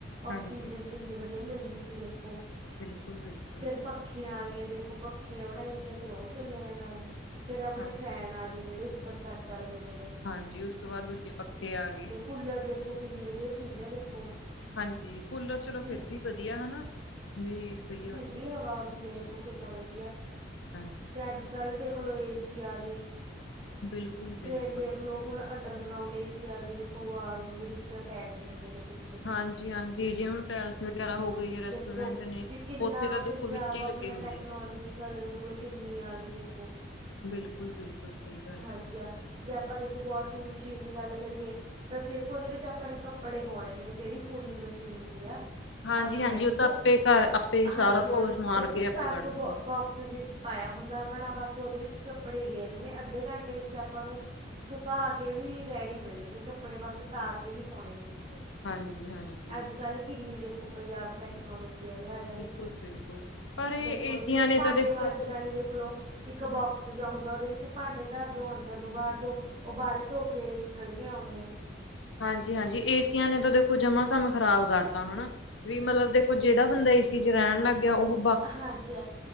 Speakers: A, on the right; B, on the left.
A: ਆਕਸੀਜਨ
B: ਹਾਂਜੀ
A: ਕਿੰਨੀ ਵਧੀਆ ਮਿਲਦੀ ਸੀ ਦੇਖੋ।
B: ਬਿਲਕੁਲ-ਬਿਲਕਲ।
A: ਫਿਰ ਪੱਖੀਆਂ ਆ ਗਈਆਂ। ਦੇਖੋ, ਪੱਖੀਆਂ ਬਣਾਈਆਂ ਗੀਆ ਫਿਰ ਉਹ ਚੱਲ ਜਾਣ ਉਨੇ ਫਿਰ ਆਪਣੇ
B: ਹਾਂ
A: ਫੈਨ ਆ ਗਏ ਜਿਹੜੇ ਉੱਪਰ ਛੱਤ ਵਾਲੇ ਹੁੰਦੇ ਗੇ।
B: ਹਾਂਜੀ, ਉਸ ਤੋਂ ਬਾਅਦ ਦੂਜੇ ਪੱਖੇ ਆ ਗਏ।
A: ਕੂਲਰ ਦੇਖੋ, ਕਿੰਨੀ ਵਧੀਆ ਚੀਜ਼ ਆ ਦੇਖੋ।
B: ਹਾਂਜੀ ਕੂਲਰ ਚਲੋ
A: ਕਿ
B: ਫਿਰ ਵੀ ਵਧੀਆ ਹਨਾ, ਵੀ ਸਹੀ ਆ।
A: ਨੀ ਹਵਾ ਆਉਂਦੀ ਹੈ ਦੇਖੋ ਕਿੰਨਾ ਵਧੀਆ।
B: ਹਾਂਜੀ
A: ਅਤੇ ਅੱਜ ਕੱਲ ਦੇਖਲੋ ਏਸੀ ਆ ਗਏ,
B: ਬਿਲਕੁਲ ਬਿਲਕੁਲ
A: ਫੇਰ ਦੇਖਲੋ ਹੁਣ ਅੰਡਰਗਰਾਊਂਡ ਏ ਸੀ ਆ ਗਏ ਦੇਖੋ ਵਾਲਸ ਦੇ ਵਿੱਚ ਅਟੈਚ ਹੀ ਹੁੰਦੇ ਨੇ ਬਿਲ-
B: ਹਾਂਜੀ ਹਾਜੀ, ਜਿਵੇ ਪੈਲਸ ਵਗੈਰਾ ਹੋ ਗੇ ਯਾ ਰੈਸਟੋਰੈਂਟ
A: ਦੇਖੋ
B: ਨੇ।
A: ਵੀ ਕਿੰਨਾ
B: ਉੱਥੇ ਤਾਂ
A: ਪੰਜਾਬ
B: ਦੇਖੋ ਵਿੱਚ ਹੀ
A: ਆਪਣਾ
B: ਲੱਗੇ ਹੁੰਦੇ
A: ਟੈਕਨੋ
B: ਨੇ
A: -ਲੈਜੀਕਲ ਦੇਖਲੋ ਕਿੰਨੀ ਆ ਗਈ ਦੇਖੋ,
B: ਬਿਲਕੁਲ ਬਿਲਕੁਲ ਸਹੀ ਗੱਲ
A: ਹਾਂਜੀ
B: ਹੈ।
A: ਆ ਜੇ ਆਪਾਂ ਦੇਖੋ ਵਾਸ਼ਿੰਗ ਮਸ਼ੀਨ ਦੀ ਗੱਲ ਕਰੀਏ। ਤੇ ਸਿਰਫ ਉਹਦੇ ਵਿੱਚ ਆਪਣੇ ਕੱਪੜੇ ਪਾਉਣੇ ਨੇ ਜਿਹੜੀ ਫੂਲੀ ਮਸ਼ੀਨ ਹੁੰਦੀ ਆ।
B: ਹਾਂਜੀ
A: ਆਟੋਮੈਟਿਕ
B: ਹਾਂਜੀ ਉਹ ਤਾਂ ਆਪੇ ਕਰ ਆਪੇ
A: ਹਾਂਜੀ
B: ਸਾਰਾ ਧੋ-
A: ਹਾਂ
B: ਧਵਾ
A: ਉਹ 'ਚ
B: ਕੇ
A: ਸਰਫ
B: ਆਪੇ ਕੱਢ ਜਾਂਦੀ
A: ਬੋ
B: ਐ।
A: ਬੋਕਸ ਜਹੇ ਚ ਪਾਇਆ ਹੁੰਦਾ ਆਪਾ ਨੇ ਬਸ ਉਹਦੇ ਵਿੱਚ ਕੱਪੜੇ ਗੇਰਨੇ ਨੇ ਅੱਧੇ ਘੰਟੇ ਵਿੱਚ ਆਪਾਂ ਨੂੰ ਸੁਕਾ ਕੇ ਵੀ ਰੈਡੀ ਮਿਲਣਗੇ ਕੱਪੜੇ ਬਸ ਤਾਰ ਤੇ ਹੀ ਪਾਉਣੇ ਨੇ ਦੇਖੋ।
B: ਹਾਂਜੀ ਹਾਂਜੀ
A: ਅੱਜ ਕੱਲ ਕਿੰਨੀ ਦੇਖੋ ਪੰਜਾਬ ਟੈਕਨੋਲੋਜੀਆਂ ਲਿਆ ਰਿਹਾ।
B: ਬਿਲਕੁਲ
A: ਖੋ,
B: ਬਿਲਕੁਲ ਪਰ ਇਹ
A: ਦੇਖੋ
B: ਏਸੀਆਂ
A: ਜੇ ਹੁਣ
B: ਨੇ
A: ਭਾਂਡੇ
B: ਤਾਂ ਦੇਖੋ
A: ਮਾਂਜਣ ਵਾਲੀ ਦੇਖਲਓ ਇੱਕ ਬੋਕਸ ਜਿਹਾ ਹੁੰਦਾ ਉਹਦੇ ਵਿੱਚ ਭਾਂਡੇ ਧਰ ਦਿਉ ਅੰਦਰ ਨੂੰ ਵਾੜ ਦੋ ਉਹ ਬਾਹਰ ਧੋ ਕੇ ਨਿਕਲ ਕੇ ਆਉਂਦੇ ਨੇ।
B: ਹਾਂਜੀ ਹਾਂਜੀ ਏਸੀਆਂ ਨੇ ਤਾਂ ਦੇਖੋ ਜਮਾ ਕੰਮ ਖ਼ਰਾਬ ਕਰਤਾ ਹਨਾ। ਵੀ ਮਤਲਬ ਦੇਖੋ ਜਿਹੜਾ ਬੰਦਾ ਏਸੀ ਚ ਰਹਿਣ ਲੱਗ ਗਿਆ ਉਹੋ
A: ਹਾਂਜੀ ਆ,